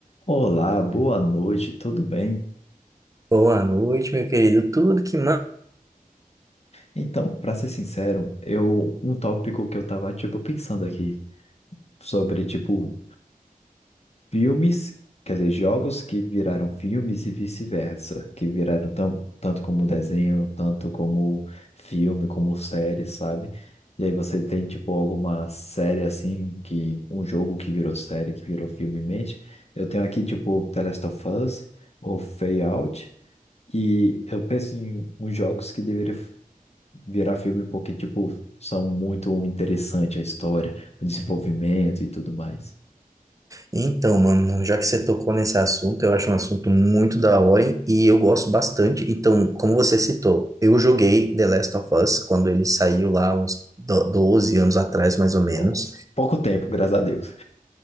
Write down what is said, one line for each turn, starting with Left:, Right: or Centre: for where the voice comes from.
Left: Olá, boa noite, tudo bem?
Right: Boa noite, meu querido. Tudo que manda.
Left: Então, pra ser sincero, eu um tópico que eu tava tipo pensando aqui sobre tipo filmes, quer dizer, jogos que viraram filmes e vice-versa, que viraram tão, tanto como desenho, tanto como filme, como série, sabe? E aí você tem tipo alguma série assim que um jogo que virou série, que virou filme em mente. Eu tenho aqui tipo The Last of Us ou Fallout. E eu penso em uns jogos que deveriam virar filme porque, tipo, são muito interessante a história, o desenvolvimento e tudo mais.
Right: Então, mano, já que você tocou nesse assunto, eu acho um assunto muito da hora hein, e eu gosto bastante. Então, como você citou, eu joguei The Last of Us quando ele saiu lá uns do- 12 anos atrás, mais ou menos.
Left: Nossa, pouco tempo, graças a Deus.